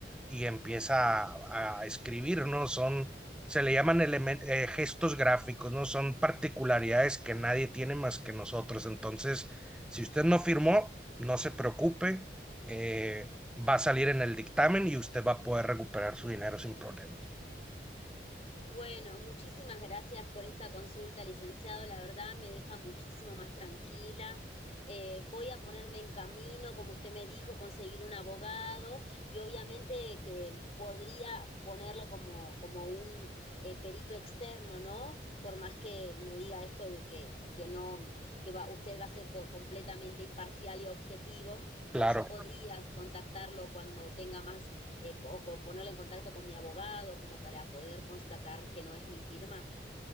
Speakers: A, in the centre; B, on the left.
A: y empieza a, a escribir, ¿no? Son, se le llaman elemen- eh, gestos gráficos, ¿no? Son particularidades que nadie tiene más que nosotros. Entonces, si usted no firmó, no se preocupe, eh, va a salir en el dictamen y usted va a poder recuperar su dinero sin problemas.
B: Bueno, muchísimas gracias por esta consulta, licenciado. La verdad me deja muchísimo más tranquila. Eh, voy a ponerme en camino, como usted me dijo, conseguir un abogado y obviamente que podría ponerlo como, como un eh, perito externo, ¿no? Por más que me diga esto de que, que no, que va, usted va a ser co- completamente imparcial y objetivo,
A: Claro.
B: pero yo podría contactarlo cuando tenga más eh, o, o ponerla en contacto con mi abogado como para poder constatar que no es mi firma?